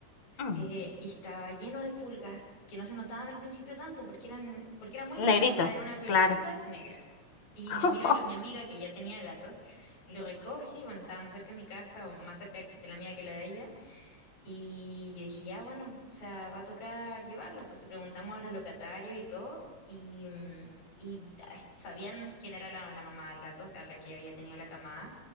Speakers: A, on the left (about 60°); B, on the left (about 85°).
A: Mm,
B: eh, y estaba lleno de pulgas que no se notaban al principio tanto porque eran, porque era muy
A: Negrito,
B: negro, o sea, era una pelucita
A: claro.
B: negra. Y
A: <laughs>
B: mi amiga, lo- mi amiga que ya tenía gatos, lo recoge y bueno, estábamos cerca de mi casa o más cerca de la mía que la de ella. Y yo dije, ya, bueno, o sea, va a tocar llevarlo, porque preguntamos a los locatarios y todo, y, mm, y ah, sabían quién era la, la mamá del gato, o sea, la que había tenido la camada,